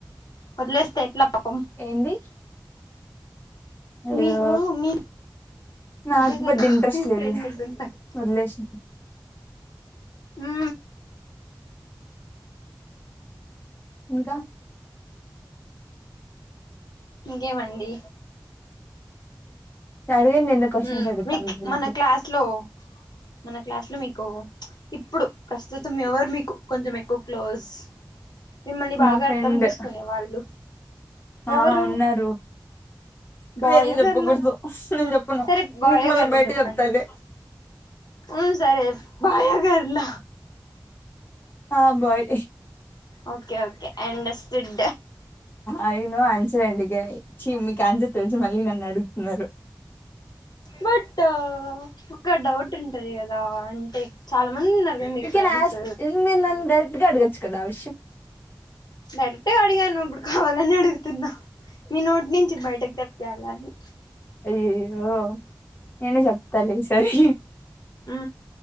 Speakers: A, on the left; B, on the left.
A: వదిలేస్తే ఎట్లా పాపం
B: ఏంది అయ్యో
A: మీకు మీ
B: నాకు
A: ఇది సరి
B: పెద్ద ఇంట్రెస్ట్ లేదులే
A: ఫ్రెడ్ కి కూడా తగ్గించండి
B: వదిలేసిన
A: ఉ
B: ఇంకా
A: ఇంకేమండి
B: అడిగండి ఎందుకు క్వశ్చన్స్
A: ఉ
B: అడుగుతాన్నారు
A: మీక్ మన క్లాస్ లో మన క్లాస్ లో మీకు ఇప్పుడు ప్రస్తుతం ఎవరు మీకు కొంచెం ఎక్కువ క్లోజ్ మిమ్మల్ని బాగా
B: నా ఫ్రెండ్
A: అర్థం చేసుకునే వాళ్ళు
B: ఆ
A: ఎవరు
B: ఉన్నారు పేర్లు
A: బాయో
B: చెప్పకూడదు
A: గర్ల
B: నేను చెప్పను
A: సరే బాయ
B: నీకు మళ్ళీ
A: గర్ల
B: బయట
A: చెప్పండి
B: చెప్తాలే
A: ఆ సరే బాయ గార్ల
B: ఆ బోయ్
A: okay okay I understood
B: అయినా ఆన్సర్ అడిగారు చీ మీకు ఆన్సర్ తేలిసి మళ్ళీ నన్ను అడుగుతున్నారు
A: బుడ్డా ఒక డౌట్ ఉంటది కదా అంటే చాలా మంది ఉన్నారు కదా మీకు
B: యు కెన్
A: ఫ్రెండ్స్
B: అస్క్ ఇది మీరు నన్ను డైరక్ట్గా అడ్గచ్చు కదా ఆ విషయం
A: డైరెక్ట్గా అడిగాను ఇప్పుడు కావాలని అడుగుతున్నా మీ నోటి నుంచి బయటకు తెప్పియాలని
B: అయ్యయ్యో నేనే చెప్తాలే ఈసారి
A: ఉ